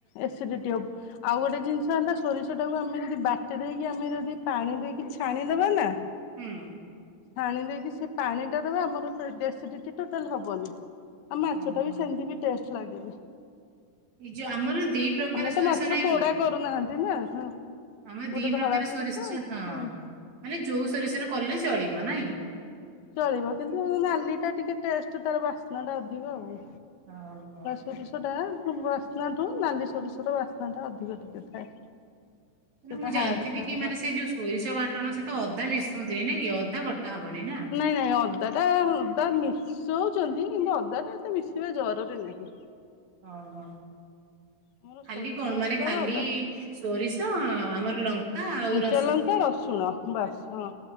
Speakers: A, on the left; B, on the right.
A: ଏସିଡିଟି ଆଉ ଗୋଟେ ଜିନିଷ ହେଲା। ସୋରିଷ ଟାକୁ ଆମେ ଯଦି ବାଟି ଦେଇକି ଆମେ ଯଦି ପାଣି ଦେଇକି ଛାଣିଦବା ନା।
B: ହୁଁ।
A: ଛାଣି ଦେଇକି ସେ ପାଣି ଟା ଦେବା ଆମରଡେସିଡିଟି ଟୋଟାଲ ହବନି। ଆଉ ମାଛ
B: ଓହୋ।
A: ଟା ବି ସେମିତି ବି ଟେଷ୍ଟ ଲାଗେ।
B: ନି ଯୋଉ ଆମର ଦୀପ ଦୀ ପ୍ରକାର
A: ଆମେ
B: ସୋରିଷ
A: ତ ମାଛ
B: ନାଇଁ
A: ପୋଡା
B: କି
A: କରୁନାହାନ୍ତି ନା ହଁ।
B: ଆମର
A: ଗୋଟେ
B: ଦି
A: ଧଳା
B: ପ୍ରକାର ସୋରିଷ ହଁ।
A: ହୁଁ
B: ମାନେ ଯୋଉ ସରିଷରେ କଲେ ଚଳିବ ନାଇଁ?
A: ଚଳିବ କିନ୍ତୁ ନାଲି ଟା ଟିକେ ଟେଷ୍ଟ ତାର ବାସ୍ନା ଟା ଅଧିକ ଆଉ।
B: ଓହୋ।
A: ସୋରିଷ ଟା ବାସ୍ନାଠୁ ନାଲି ସୋରିଷ ଟା ବାସ୍ନା ଟା ଅଧିକ ଟିକେ ଥାଏ।
B: ମୁଁ
A: ସେଟା
B: ଜାଣିଥିଲି
A: ହାର୍ଡ ଥାଏ
B: କି
A: ତା
B: ମାନେ
A: ବାସ୍ନା
B: ସେ ଯୋଉ ସୋରିଷ ବାଟଣ ସେ ତ ଅଦା ମିଶୁନି ନାଇଁ କି ଅଦା ବଟା ହବନି ନା?
A: ନାଇଁ ନାଇଁ ଅଦା ଟା ଅଦା ମିଶଉଚନ୍ତି କିନ୍ତୁ ଅଦା ଟା ଏତେ ମିଶିବା ଜରୁରୀ ନାହିଁ।
B: ଅ ହ।
A: ଆମର
B: ଖାଲି
A: ସୋରିଷ
B: କଣ
A: ମସଲାରେ
B: ମାନେ ଖାଲି
A: ଅଦା
B: ସୋରିଷ ଆମର ଲଙ୍କା ଆଉ ରସ
A: କଞ୍ଚାଲଙ୍କା ରସୁଣ ବାସ ହଁ